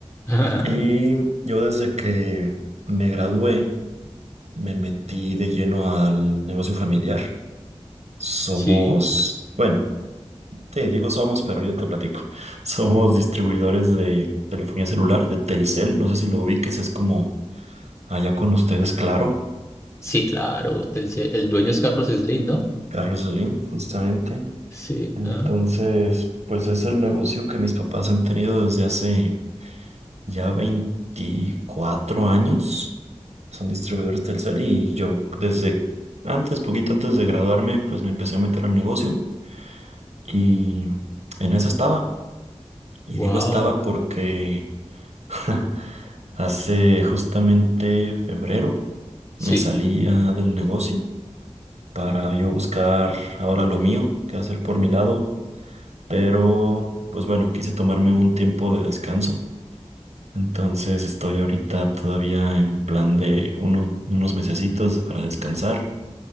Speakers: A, on the left (about 25°); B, on the right (about 75°).
A: <laughs>
B: Y yo desde que me gradué, me metí de lleno al negocio familiar. Somos,
A: Sí.
B: bueno, te digo somos, pero ahorita te platico. <laughs> Somos distribuidores de telefonía celular, de Telcel. No sé si lo ubiques, es como allá con ustedes, claro.
A: Sí, claro. El, se- el dueño es Carlos Slim, ¿no?
B: Carlos Slim, justamente.
A: Sí.
B: Entonces,
A: Ajá.
B: pues es el negocio que mis papás han tenido desde hace ya 24 años. Son distribuidores Telcel y yo desde antes, poquito antes de graduarme, pues me empecé a meter al negocio y en eso estaba. Y
A: Wow.
B: digo estaba porque <laughs> hace justamente febrero
A: Sí.
B: me salía del negocio para yo buscar ahora lo mío, qué hacer por mi lado, pero pues bueno, quise tomarme un tiempo de descanso Entonces estoy ahorita todavía en plan de uno- unos mesecitos para descansar